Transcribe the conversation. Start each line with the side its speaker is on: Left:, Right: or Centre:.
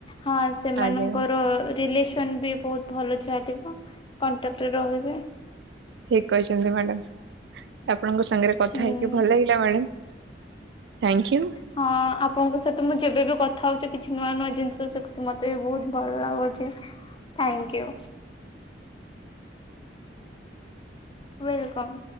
Left: ହଁ ସେମାନଙ୍କର
Right: ଆଜ୍ଞା
Left: ରିଲେସନ୍ ବି ବୋହୁତ୍ ଭଲ ଚାଲିବ। କଣ୍ଟାକ୍ଟରେ ରହିବେ।
Right: ଠିକ୍ କହିଛନ୍ତି ମ୍ୟାଡମ୍। ଆପଣ ଙ୍କ ସାଙ୍ଗରେ କଥା
Left: ହୁଁ।
Right: ହେଇକି ଭଲ ହେଇିଲା ମ୍ୟାଡମ୍। ଥ୍ୟାଙ୍କୟୁ।
Left: ହଁ ଆପଣଙ୍କ ସହିତ ମୁଁ ଯେବେ ବି କଥା ହଉଛି କିଛି ନୂଆ ନୂଆ ଜିନ୍ସ ଶିଖୁଛି। ମତେ ବି ବୋହୁତ୍ ଭଲ ଲାଗୁଚି। <inaudible> ଥ୍ୟାଙ୍କୟୁ। ୱେଲ୍ କମ୍।